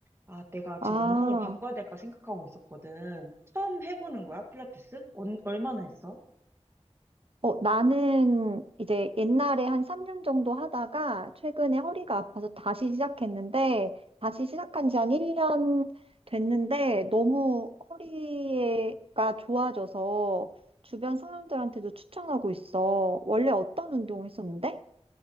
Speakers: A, on the right; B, on the right.
A: 아, 내가
B: 아.
A: 지금 운동을 바꿔야 될까 생각하고 있었거든. 처음 해보는 거야, 필라테스? 언- 얼마나 했어?
B: 어, 나는 이제 옛날에 한 3년 정도 하다가 최근에 허리가 아파서 다시 시작했는데, 다시 시작한 지 한 1년 됐는데, 너무 허리가 좋아져서 주변 사람들한테도 추천하고 있어. 원래 어떤 운동 했었는데?